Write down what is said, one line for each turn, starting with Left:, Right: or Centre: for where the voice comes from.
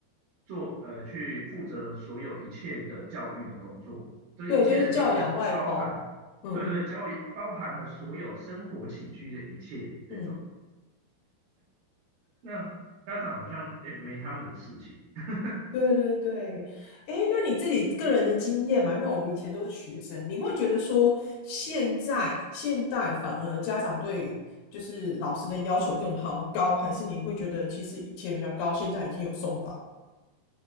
Right: 做呃去负责所有一切的教育的工作，这一切的教育是包含，
Left: 对，就是教养外包，嗯
Right: 对对，教育包含了所有生活起居的一切这种，
Left: 嗯。
Right: 那家长好像哎没他们的事情。<laughs>
Left: 对对对，哎，那你自己个人的经验嘛，因为我们以前都是学生，你会觉得说现在现代反而家长对就是老师的要求更好高，还是你会觉得其实以前比较高，现在已经有松绑？